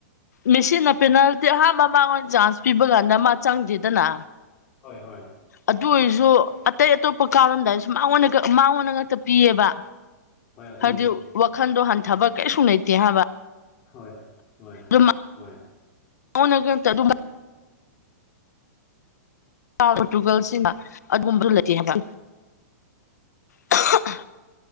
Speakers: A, on the left (about 70°); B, on the left (about 20°).
A: ꯃꯦꯁꯤꯅ ꯄꯦꯅꯥꯜꯇꯤ ꯑꯍꯥꯟꯕ ꯃꯉꯣꯟ ꯆꯥꯟꯁ ꯄꯤꯕ ꯀꯥꯟꯗ ꯃꯥ ꯆꯪꯗꯦꯗꯅ
B: ꯍꯣꯏ ꯍꯣꯏ
A: ꯑꯗꯨ ꯑꯣꯏꯔꯁꯨ ꯑꯇꯩ ꯑꯇꯣꯞꯄ ꯀꯥꯎꯔꯝꯗꯥꯏꯁꯨ ꯃꯥꯡꯉꯣꯟꯗ ꯃꯥꯡꯉꯣꯟꯗ ꯉꯥꯛꯛꯇ ꯄꯤꯑꯦꯕ
B: ꯍꯣꯏ ꯑꯗꯨꯅꯤ
A: ꯍꯥꯏꯗꯤ ꯋꯥꯈꯟꯗꯣ ꯍꯟꯊꯕ ꯀꯩꯁꯨ ꯂꯩꯇꯦ ꯍꯥꯏꯕ
B: ꯍꯣꯏ ꯍꯣꯏ
A: <unintelligible>
B: ꯍꯣꯏ
A: <unintelligible> ꯄꯣꯔꯇꯨꯒꯜꯁꯤꯡꯅ ꯑꯗꯨꯒꯨꯝꯕꯗꯨ ꯂꯩꯇꯦ ꯍꯥꯏꯕ <unintelligible>